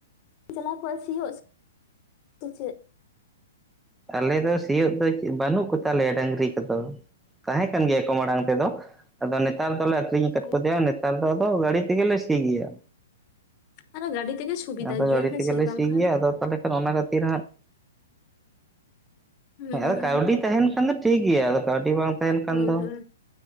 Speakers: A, on the left (about 30°); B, in the centre.
A: ᱪᱟᱞᱟᱣ ᱠᱚᱜᱼᱟ ᱥᱤᱭᱳᱜ ᱪᱮᱫ
B: ᱟᱞᱮ ᱫᱚ ᱥᱤᱭᱳᱜ ᱫᱚ ᱵᱟᱹᱱᱩᱜ ᱠᱚ ᱛᱟᱞᱮᱭᱟ ᱰᱟᱝᱨᱤ ᱠᱚᱫᱚ ᱛᱟᱦᱮᱸ ᱠᱟᱱ ᱜᱮᱭᱟ ᱠᱚ ᱢᱟᱲᱟᱝ ᱛᱮᱫᱚ ᱟᱫᱚ ᱱᱮᱛᱟᱨ ᱫᱚᱞᱮ ᱟᱠᱷᱨᱤᱧ ᱠᱟᱜ
A: ᱦᱩᱸ
B: ᱠᱚᱛᱮ ᱱᱮᱛᱟᱨ ᱫᱚ ᱟᱫᱚ ᱜᱟᱹᱰᱤ ᱛᱮᱜᱮ ᱞᱮ ᱥᱤ ᱜᱮᱭᱟ
A: ᱟᱨᱚ ᱜᱟᱹᱰᱤ ᱛᱮᱜᱮ ᱥᱩᱵᱤᱫᱷᱟ
B: ᱟᱫᱚ
A: ᱜᱮᱭᱟ
B: ᱜᱟᱹᱲᱤ
A: ᱦᱮᱸᱥᱮ
B: ᱛᱮᱜᱮ ᱞᱮ
A: ᱵᱟᱝᱠᱷᱟᱱ
B: ᱥᱤ ᱜᱮᱭᱟ ᱟᱫᱚ ᱛᱟᱦᱞᱮ ᱚᱱᱟ ᱠᱷᱟᱹᱛᱤᱨ ᱦᱟᱸᱜ
A: ᱦᱩᱸ
B: ᱟᱫᱚ ᱠᱟᱹᱣᱰᱤ ᱛᱟᱦᱮᱱ ᱠᱷᱟᱱ ᱫᱚ ᱴᱷᱤᱠ ᱜᱮᱭᱟ ᱟᱫᱚ ᱠᱟᱹᱣᱰᱤ ᱵᱟᱝ ᱛᱟᱦᱮᱱ ᱠᱷᱟᱱ
A: ᱦᱳᱭ
B: ᱫᱚ
A: ᱦᱳᱭ